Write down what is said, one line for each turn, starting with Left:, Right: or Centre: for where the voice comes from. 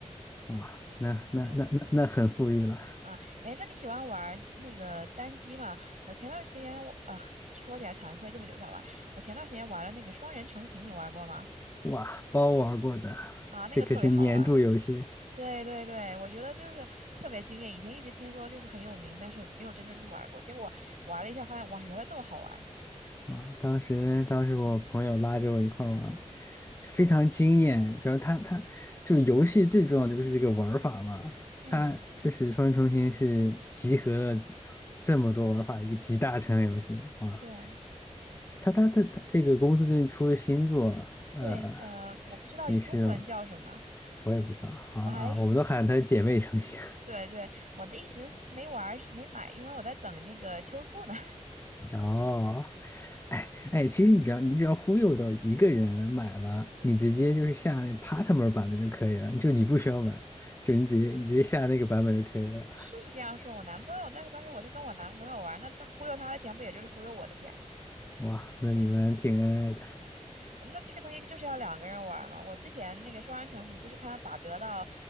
Left: 哇，那那那那那很富裕了。
Right: 对。啊，哎，那你喜欢玩儿那个单机吗？我前段时间我啊，说起来惭愧，这么久才玩。我前段时间玩了那个双人成行，你玩过吗？
Left: 哇，包玩过的，
Right: 啊，那个特别好玩儿
Left: 这可是年度游戏
Right: 对对对，我觉得就是特别惊艳。以前一直听说就是很有名，但是没有真正去玩过。结果玩了一下，发现哇，原来这么好玩儿
Left: 啊！当时当时我朋友拉着我一块儿玩儿就非常惊艳。主要他，他就是游戏最重要的就是这个玩儿法嘛，
Right: 嗯，
Left: 它就是《双人成行》是集合了几这么多玩儿法一个集大成的游戏哇！
Right: 对
Left: 他，他，他，他这个公司最近出了新作，呃，
Right: 对，呃，我不知道中文叫什么，
Left: 你是我也不知道，好啊，
Right: 我还
Left: 我们都喊它姐妹成市。
Right: 嗯对对，我的一直没玩儿是没买，因为我在等那个秋促呢。
Left: 哦，哎哎，其实你只要你只要忽悠到一个人买了，你直接就是下那 partner 版的就可以了，就你不需要买，就你直接你直接下那个版本就可以了。
Right: 是是这样说，我男朋友，但是关键我是跟我男朋友玩那他忽悠他的钱不也就是忽悠我的钱？
Left: 哇，那你们挺恩爱的。
Right: 嗯那这个东西就是要两个人玩嘛。我之前那个双人成行就是看他打折到